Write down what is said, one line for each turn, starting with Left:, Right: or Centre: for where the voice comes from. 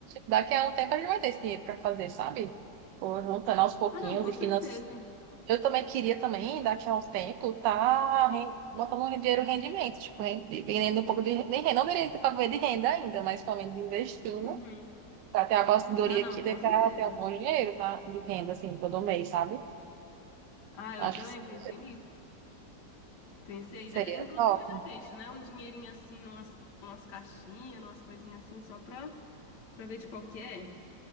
Right: daqui a um tempo a gente vai ter esse dinheiro para fazer, sabe? por juntando aos pouquinhos
Left: Ah, não, com
Right: e
Left: certeza.
Right: finan Eu também queria também, daqui a uns tempos, tá ren- botando um dinheiro em rendimento, tipo, ren- vendendo um pouco de. Nem renda, não direito para ver de renda ainda, mas pelo menos investindo,
Left: Uhum.
Right: para ter a aposentadoria
Left: Ah, não,
Right: aqui,
Left: com
Right: daí pra
Left: certeza.
Right: ter um bom dinheiro na, de renda, assim, todo mês, sabe?
Left: Ah,
Right: Acho
Left: eu também
Right: que seria,
Left: pensei nisso. Pensei
Right: seria
Left: já. é, Inclusive,
Right: top.
Left: eu já deixo, né? Um dinheirinho assim, numas, umas caixinhas, umas coisinhas assim, só pra, pra ver de qual que é.